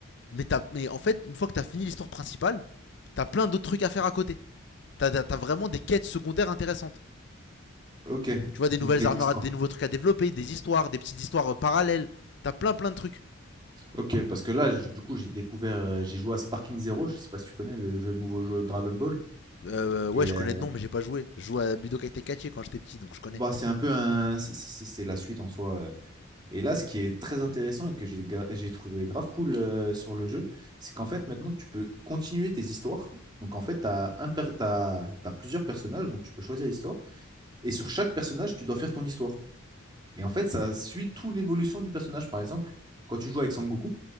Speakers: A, on the left; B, on the right.
A: mais, t'as- mais en fait, une fois que t'as fini l'histoire principale, t'as plein d'autres trucs à faire à côté. T'as t'as- vraiment des quêtes secondaires intéressantes.
B: Ok.
A: Tu vois, des nouvelles
B: Donc les
A: armures,
B: histoires.
A: à- des nouveaux trucs à développer, des histoires, des petites histoires euh, parallèles. T'as plein plein de trucs.
B: Ok, parce que là, j- du coup, j'ai découvert, euh, j'ai joué à Sparking Zero. Je sais pas si tu connais le jeu, nouveau jeu Dragon Ball.
A: Euh, ouais,
B: Et
A: je connais
B: euh,
A: de nom, mais j'ai pas joué. Je jouais à Budokai Tenkaichi quand j'étais petit, donc je connais.
B: bah, c'est un peu un, c'est c'est- c'est- c'est la suite en soi. euh. Et là, ce qui est très intéressant et que j'ai gra- j'ai trouvé grave cool euh, sur le jeu, c'est qu'en fait, maintenant, tu peux continuer tes histoires. Donc en fait, tu as, un per- t'as- t'as plusieurs personnages, donc tu peux choisir l'histoire. Et sur chaque personnage, tu dois faire ton histoire. Et en fait, ça suit toute l'évolution du personnage. Par exemple, quand tu joues avec Sangoku,